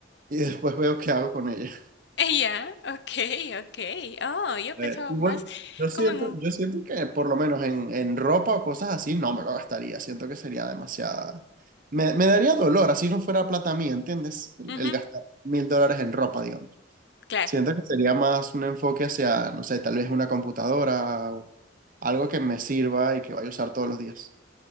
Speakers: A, on the right; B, on the left.
A: y después veo qué hago con ella.
B: eh, ya, okey, okey. Oh, yo pensaba
A: Eh, igual,
B: más
A: yo siento,
B: como en un
A: yo siento que por lo menos en, en ropa o cosas así no me lo gastaría. Siento que sería demasiada. Me, me daría dolor, así no fuera plata mía, ¿entiendes? El,
B: ujú,
A: el gastar mil dólares en ropa, digamos.
B: claro.
A: Siento que sería más un enfoque hacia, no sé, tal vez una computadora o algo que me sirva y que vaya a usar todos los días.